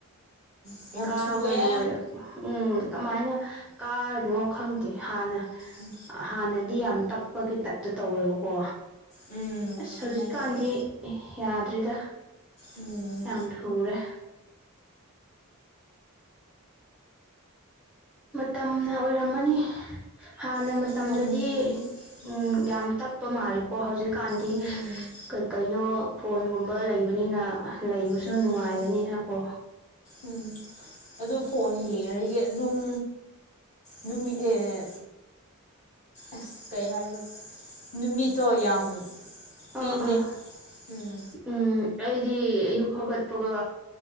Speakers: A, on the left; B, in the centre.
A: ꯎꯝ ꯌꯥꯝ
B: ꯀꯥꯕ
A: ꯊꯨꯑꯦ
B: ꯂꯣꯏꯔ ꯎꯝ ꯀꯃꯥꯏꯅ ꯀꯥꯔꯤꯅꯣ ꯈꯪꯗꯦ ꯍꯥꯟꯅ
A: ꯎꯝ
B: ꯍꯥꯟꯅꯗꯤ ꯌꯥꯝ ꯇꯞꯄꯒꯤ ꯇꯥꯏꯞꯇ ꯇꯧꯋꯦꯕꯀꯣ
A: ꯎꯝ
B: ꯑꯁ
A: ꯑꯗꯨꯃꯥꯏꯅ
B: ꯍꯧꯖꯤꯛꯀꯥꯟꯗꯤ
A: ꯇꯧꯋꯦ
B: ꯑꯦ ꯌꯥꯗ꯭ꯔꯦꯗ
A: ꯎꯝ
B: ꯌꯥꯝ ꯊꯨꯔꯦ ꯃꯇꯝꯅ ꯑꯣꯏꯔꯝꯃꯅꯤ ꯍꯥꯟꯅ
A: ꯃꯇꯝꯅꯅꯦ
B: ꯃꯇꯝꯗꯗꯤ
A: ꯎꯝ
B: ꯑꯪ ꯌꯥꯝ ꯇꯞ ꯇꯞꯄ ꯃꯥꯜꯂꯦꯀꯣ ꯍꯧꯖꯤꯛꯀꯥꯟꯗꯤ
A: ꯎꯝ
B: ꯀꯩꯀꯩꯅꯣ ꯐꯣꯟꯒꯨꯝꯕ ꯂꯩꯕꯅꯤꯅ ꯂꯩꯕꯁꯨ
A: ꯎꯝ
B: ꯅꯨꯡꯉꯥꯏꯕꯅꯤꯅ ꯀꯣ
A: ꯎꯝ ꯑꯗꯨ ꯐꯣꯟ ꯌꯦꯡꯉꯔꯣꯏꯒꯦ ꯑꯗꯨꯝ ꯅꯨꯃꯤꯠ ꯑꯦ ꯑꯁ ꯀꯩ ꯍꯥꯏꯕ꯭ꯔꯥ ꯅꯨꯃꯤꯠꯇꯣ ꯌꯥꯝ ꯇꯦꯜꯂꯦ
B: ꯑꯥ ꯑꯥ
A: ꯎꯝ
B: ꯎꯝ ꯑꯩꯗꯤ ꯑꯌꯨꯛ ꯍꯧꯒꯠꯄꯒ